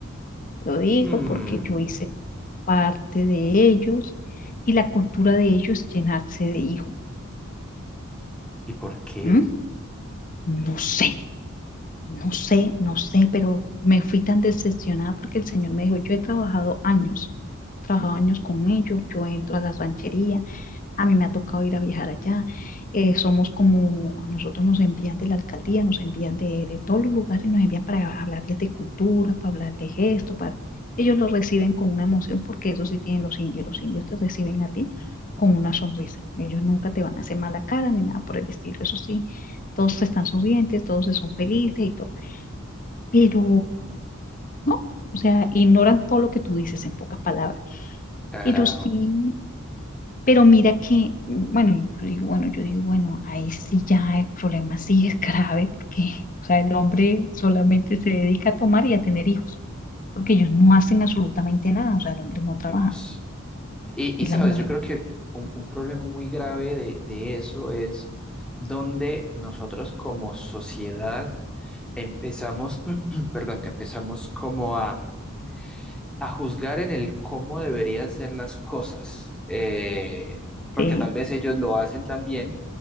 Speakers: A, on the left (about 40°); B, in the centre.
A: Lo digo
B: Hmm,
A: porque yo hice parte de ellos y la cultura de ellos es llenarse de hijos.
B: ¿Y por qué?
A: ¿Mm? No sé. No sé, no sé, pero me fui tan decepcionada porque el Señor me dijo, yo he trabajado años, he trabajado años con ellos, yo entro a la ranchería, a mí me ha tocado ir a viajar allá, eh, somos como, a nosotros nos envían de la alcaldía, nos envían de, de todos los lugares, nos envían para hablarles de cultura, para hablarles esto, para... Ellos lo reciben con una emoción porque eso sí tienen los indios, los indios te reciben a ti con una sonrisa, ellos nunca te van a hacer mala cara ni nada por el estilo, eso sí todos están sonrientes, todos son felices y todo pero no, o sea, ignoran todo lo que tú dices en pocas palabras.
B: Carajo,
A: Pero sí, pero mira que, mm, bueno, yo digo, bueno, yo digo, bueno, ahí sí ya el problema sí es grave, porque, o sea, el hombre solamente se dedica a tomar y a tener hijos, porque ellos no hacen absolutamente nada, o sea, el hombre no trabaja,
B: Dios. Y,
A: es
B: y, sabes,
A: la mujer.
B: yo creo que un, un problema muy grave de, de eso es donde nosotros como sociedad empezamos, <clears throat> perdón, empezamos como a a juzgar en el cómo deberían ser las cosas, eh, porque
A: Sí,
B: tal vez ellos lo hacen también